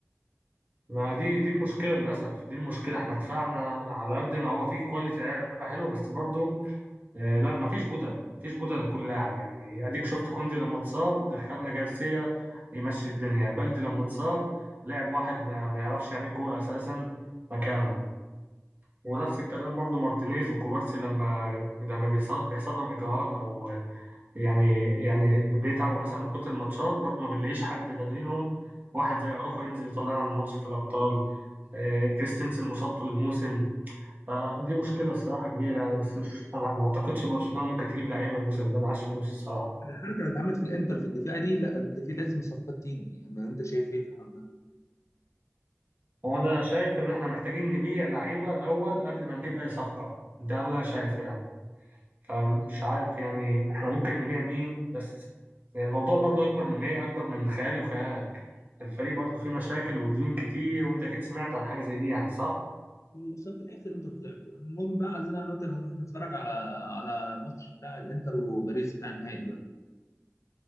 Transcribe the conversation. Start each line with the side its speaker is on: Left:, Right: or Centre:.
Right: ما دي دي المشكلة للأسف دي المشكلة احنا دفعنا على قد ما هو فيه كواليتي لعيبة حلوة بس برضه آه، لا مفيش بدلة مفيش بدلة لكل لاعب يعني اديك شفت كوندي لما اتصاب دخلنا جارسيا يمشي الدنيا بلدي لما اتصاب لعب واحد ما, ما يعرفش يعني إيه كورة اساسا مكانه ونفس الكلام برضو مارتينيز وكوبارسي لما لما بيحصل, بيحصل لهم اجهاد او يعني يعني بيتعبوا مثلا من كتر الماتشات برضو ما بنلاقيش حد بديلهم واحد زي اروخو ينزل يطلعنا من الماتش في الابطال آه، كريستنسن مصابته للموسم فدي مشكلة الصراحة كبيرة يعني بس مش أنا ما أعتقدش برشلونة ممكن تجيب لعيبة الموسم ده معاش فلوس الصراحة
Left: الحركه اللي اتعملت في الانتر في الدفاع دي لا ده في لازم صفقات تيجي يعني انت شايف ايه في الحوار ده؟
Right: هو أنا شايف إن إحنا محتاجين نبيع لعيبة الأول قبل ما نجيب أي صفقة ده اللي أنا شايفه يعني فمش عارف يعني إحنا ممكن نبيع مين بس يعني الموضوع برضه أكبر من إيه أكبر من خيالي وخيالك الفريق برضه فيه مشاكل وديون كتير وأنت أكيد سمعت عن حاجة زي دي يعني صح؟
Left: بس في الاخر انتوا طلعتوا المهم بقى عايزين انا وانت هنروح نتفرج على على ماتش بتاع الانتر وباريس بتاع النهائي بقى